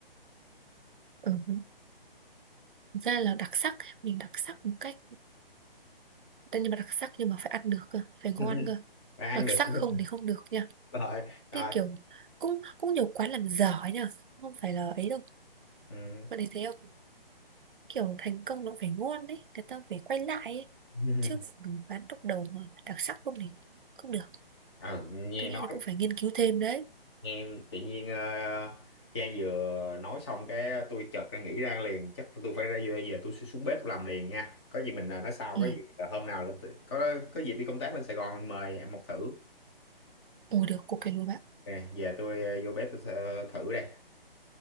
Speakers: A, on the right (about 60°); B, on the left (about 25°).
A: Ừ. thực ra là đặc sắc, mình đặc sắc một cách tất nhiên mà đặc sắc nhưng mà phải ăn được cơ, phải
B: <laughs>
A: ngon cơ.
B: và ăn
A: Đặc
B: được
A: sắc
B: <laughs>
A: không thì không được nha.
B: rồi rồi
A: Thế kiểu cũng cũng nhiều quán làm dở ấy nha, không phải là ấy đâu.
B: ừ.
A: Bạn thấy thế không? kiểu thành công nó phải ngon đấy người ta phải quay lại ấy
B: <laughs>
A: chứ bán lúc đầu mà đặc sắc không thì không được
B: Ừ, nghe
A: tôi
B: nói
A: nghĩ là cũng phải nghiên cứu thêm đấy
B: nghe tự nhiên ờ, Trang vừa nói xong cái tôi chợt ra nghĩ ra liền chắc tôi phải ra giờ, giờ tôi sẽ xuống bếp tôi làm liền nha có gì mình ờ, nói sau
A: ừ
B: có gì ờ, hôm nào lên tự- có có dịp đi công tác lên Sài Gòn mời em một thử
A: ồ được cục cái lúa bạn
B: Ok, giờ tôi ờ, vô bếp tôi ờ, thử đây